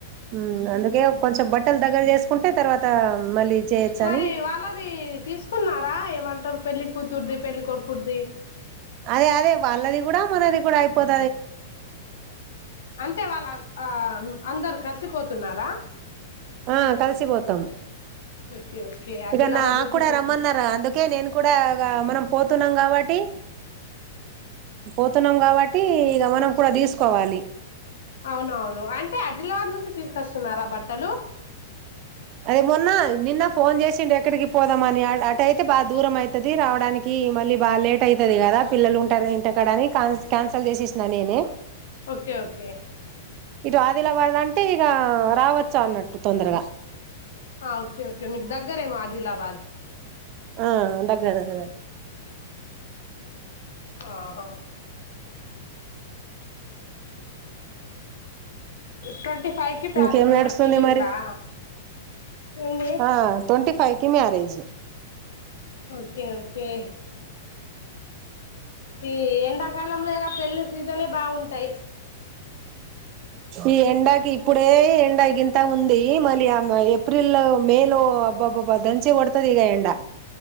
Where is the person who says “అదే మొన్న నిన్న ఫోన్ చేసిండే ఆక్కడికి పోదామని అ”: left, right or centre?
Right